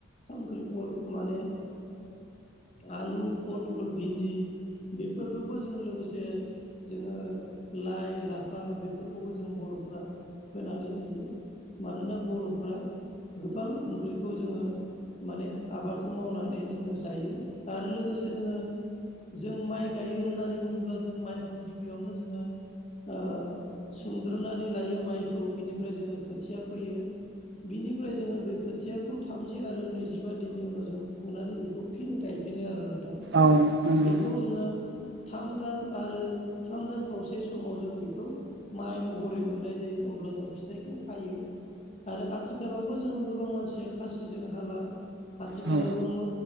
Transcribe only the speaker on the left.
खांख्रिखल माने आलु पटल भिन्दि बेफोरखौबो जों लोगोसे जोंङो लाइ लाफा बेफोरखौबो जों बर'फ्रा फोनानै जायो। मानोना बर'फ्रा गोबां ओंख्रिखौ जोंङो माने आबादखौ मावनानै जोंङो जायो आरो लोगोसे जोंङो। जों माइ गायो होननानै बुङोब्ला जों माइखौ गिबियावनो जोंङो। ओ सोमग्रोनानै लायो माइखौ बिनिफ्राय जोंङो खोथिया फैयो। बिनिफ्राय जोंङो बैखोथियाखौ थामजि आरो नैजिबा दिननि उनाव जोंङो फुनानै बेखौ। फिन गायफिनो आरो नोंथां
बेखौ जोंङो। थाम दान आरो थाम दान खावसे समाव जों बेखौ माइ महरै मोननाय जायो अब्ला जों फिथाइखौ हायो आरो आथिखालावबो जोंङो गोबां मानसिया खासिजों हाला आथिखालावबो
मो